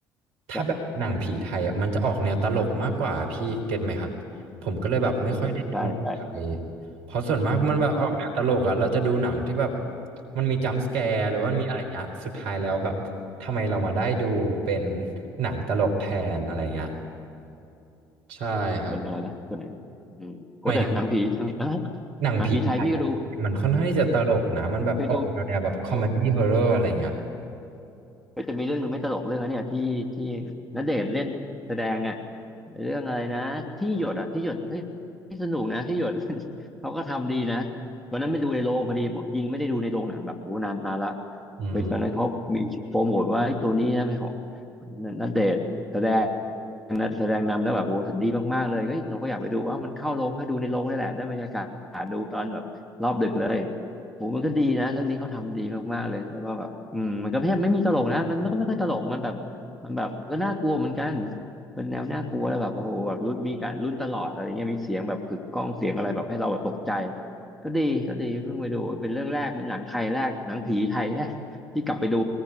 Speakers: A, on the right (about 70°); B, in the centre.
A: ถ้าแบบหนังผีไทยอ่ะมันจะออกแนวตลกมากกว่าพี่เก็ตไหมครับผมก็เลยแบบไม่ค่อยได้ดูหนังไทย
B: ใช่เออใช่ใช่
A: เพราะส่วนมากมันแบบออกแนวตลกอ่ะเราจะดูหนังที่แบบ
B: อ๋อ
A: มันมีจัมป์สแกร์หรือว่ามีอะไรเงี้ย สุดท้ายแล้วแบบทำไมเรามาได้ดูเป็นหนังตลกแทนอะไรเงี้ยใช่ครับ
B: เป็นอะไรนะตัวไหนอืมโคตรแต่หนังผีอังกฤษอ่ะ
A: หมายถึงว่าหนังผีไทยอะมันค่อนข้างที่จะตลกนะมันแบบออกแนวแนวแบบคอมเมดี้ฮอร์เรอร์อะไรเงี้ย
B: หนังผีไทยพี่ก็ดูเคยดูดู ก็จะมีเรื่องหนึ่งไม่ตลกเรื่องอันเนี้ยที่ที่ณเดชน์เล่นแสดงอ่ะเรื่องอะไรนะที่หยดอ่ะที่หยดที่สนุกนะที่หยด <laughs> เขาก็ทำดีนะวันนั้นไม่ดูในโรงพอดียิงไม่ได้ดูในโรงหนังแบบโอ้นานนานละ
A: อืม
B: ไปตอนนั้นเขามีโปรโมทว่าไอ้ตัวนี้นะเป็นของณเดชน์แสดงนะแสดงนำแล้วแบบโอ้ดีมากๆเลยเฮ้ยเราก็อยากไปดูอ้าวมันเข้าโรงให้ดูในโรงนี่แหละได้บรรยากาศดูตอนแบบรอบดึกเลย โหมันก็ดีนะเรื่องนี้เขาทำดีมากๆเลยแล้วก็แบบอืมมันก็แทบไม่มีตลกนะมันมันก็ไม่ค่อยตลกมันแบบมันแบบก็น่ากลัวเหมือนกันเป็นแนวน่ากลัวแล้วแบบโอ้โหแบบรุ่นมีการรุ่นตลอดอะไรเงี้ยมีเสียงแบบกึกก้องเสียงอะไรแบบให้เราแบบตกใจก็ดีก็ดีเพิ่งไปดูเป็นเรื่องแรกเป็นหนังไทยแรกหนังผีไทยแรกที่กลับไปดู